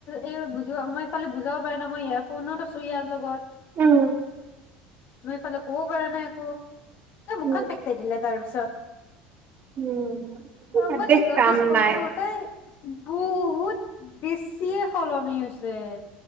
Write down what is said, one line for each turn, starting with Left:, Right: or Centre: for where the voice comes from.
Left: এই বুজোৱা মই এইফালে বুজাব পাৰা নাই মই ইয়াক। ফোনত আছো ইয়াৰ লগত।
Right: উম
Left: মই এইফালে ক'ব পৰা নাই একো। এই
Right: উম
Left: মুখখন বেকটাই দিলে তাৰপিছত।
Right: উম
Left: অ মই
Right: দেশ
Left: তাইক নটিছ
Right: কাম
Left: কৰিছো
Right: নাই
Left: তাই বহুত বেছিয়ে সলনি হৈছে!